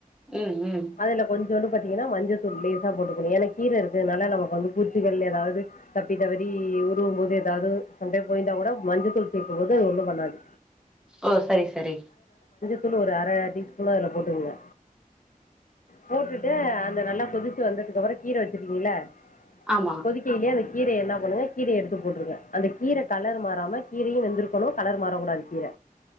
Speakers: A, in the centre; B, on the left.
A: ம் ம்
B: அதுல கொஞ்சோ இது வந்து பாத்தீங்கன்னா மஞ்சதூள் லேச போட்டுக்கணு ஏனா கீர இருக்குனால நமக்கு வந்து பூச்சிகள் எதாவ்து த ப்பி தவறி உருவு போது எதாது சம்டைம் போய்ருந்தா கூட மஞ்சள் தூள் சேக்கு போது அது ஒண்ணு பண்ணாது
A: ஓ சரி சரி
B: தூளு ஒரு அர டீஸ்பூன் அதுல போட்டுக்குங்க போட்டுட்டு அந்த நல்லா கொதிச்சு வந்ததுக்கு அப்றோ கீர வச்சிருக்கீங்கள
A: ஆமா
B: இப்போதிக்கி இதியே <unintelligible> கீரைய என்னா பண்ணுங்க கீரைய எடுத்து போட்ருங்க அந்த கீர கலரு மாறாம கீரையு வெந்திருக்குணு கலரு மாறக்கூடாது கீர